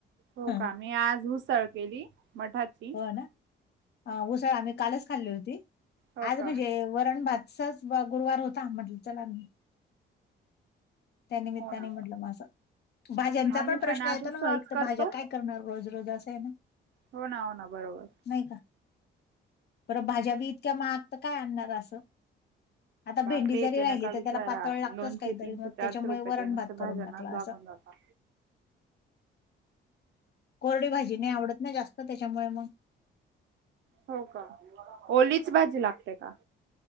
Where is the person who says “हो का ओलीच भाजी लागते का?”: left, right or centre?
Right